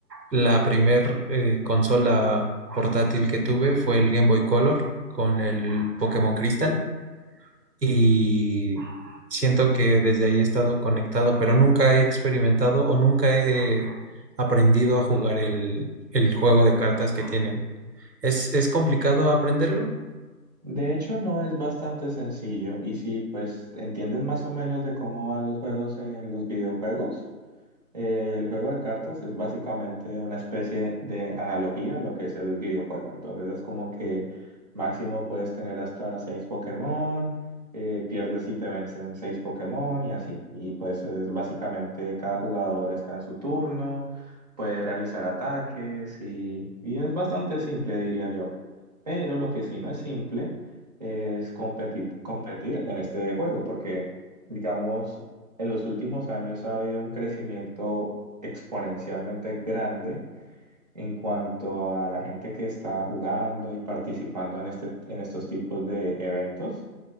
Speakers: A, on the right; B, on the right.
A: La primer eh, consola portátil que tuve fue el Game Boy Color con el Pokémon Crystal y siento que desde ahí he estado conectado, pero nunca he experimentado o nunca he aprendido a jugar el, el juego de cartas que tienen. ¿Es, es complicado aprenderlo?
B: De hecho, no es bastante sencillo. Y si pues entienden más o menos de cómo van los juegos en los videojuegos, Eh, El juego de cartas es básicamente una especie de analogía a lo que es el videojuego. Entonces es como que máximo puedes tener hasta seis Pokémon, eh, pierdes si te vencen seis Pokémon y así. Y pues es básicamente cada jugador está en su turno, puede realizar ataques y, y es bastante simple, diría yo. Pero lo que sí no es simple es competir, competir en este juego porque... Digamos, en los últimos años ha habido un crecimiento exponencialmente grande en cuanto a la gente que está jugando y participando en este, en estos tipos de eventos.